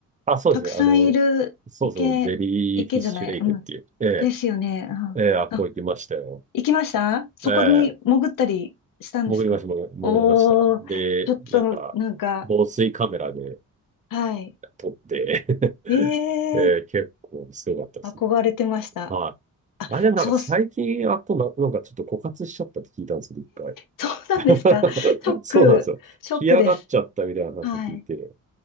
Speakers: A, on the right (about 20°); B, on the left (about 75°).
A: あ、そうですね。
B: たくさんいる池、
A: あの、そうそう、ジェリーフィッシュレイクっていう。
B: 池じゃない、うん。
A: ええ
B: ですよね。うんあ、
A: ええ、あ、こう行きましたよ。
B: 行きましたそこに潜ったりしたんですかおー、
A: ええ、潜りました、潜潜りました。で、
B: ちょっと、
A: なんか、
B: なんか、
A: 防水カメラで
B: はい。
A: 撮って <laughs>
B: ええ
A: ええ、結構すごかったですね。
B: ー憧れてました。
A: は
B: あ、
A: い。あれでもなんか最近、
B: そうす、
A: あとな、なんかちょっと枯渇しちゃったって聞いたんですよ、一回。
B: そうなんですか。
A: <laughs>
B: ショック、
A: そうなんですよ。
B: ショックです。
A: 干上がっちゃったみたいな話を聞いて、
B: はい。
A: ち